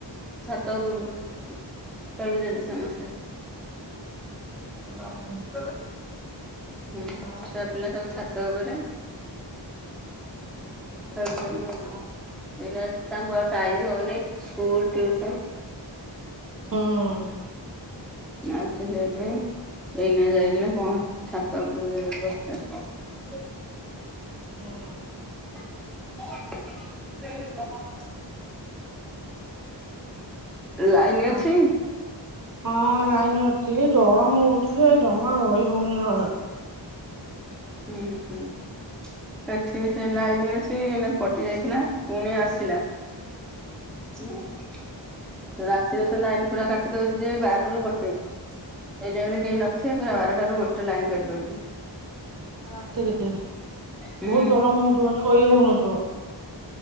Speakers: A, in the centre; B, on the right (about 45°).
A: ଛାତ ଉପରକୁ। ଖେଳୁଛନ୍ତି ସମସ୍ତେ।
B: ହୁଁ
A: ବାକସ ଟା କାଇଁ। ହୁଁ
B: ଆଉ
A: ଛୁଆ ପିଲା ସବୁ ଛାତ ଉପରେ। ଏଇନା
B: ଆଉ
A: ତାଙ୍କୁ ଆଉ ଟାଇମ ହଉନି ସ୍କୁଲ ଟିଉସନ।
B: ହୁଁ
A: ଆଛା ସେଇଠି ଏଇନା ଯାଇକିନା ପହଁ ଛାତ ଉପରକୁ ଯାଇକି ବସିଛନ୍ତି।
B: ହୁଁ।
A: <inaudible>
B: ଆଉ
A: ଲାଇନ ଅଛି।
B: ଆଉ ହଁ ଲାଇନ ଅଛି ଗରମ ହଉଛି ଯେ ଜମା ରହି ହଉନି ଘରେ।
A: ହୁଁ ହଁ ହୁଁ। ଏଠି ବି ସେ ଲାଇନ ଅଛି ଏଇନେ କଟି ଯାଇଥିଲା ପୁଣି ଆସିଲା। <inaudible> ରାତିରେ ତ ଲାଇନ ପୁରା କାଟି ଦଉଛି ବାର ରୁ ଗୋଟେ। ସେଇଟାଇମ ରେ କେହି
B: ହଁ
A: ନଥିବେ ପୁରା ବାରଟାରୁ ଗୋଟେ ଲାଇନ କଟିଦଉଛି।
B: ବହୁତ
A: ହୁଁ
B: ଗରମ ହଉ ଥିବ ସୋଇ ହଉନଥିବ।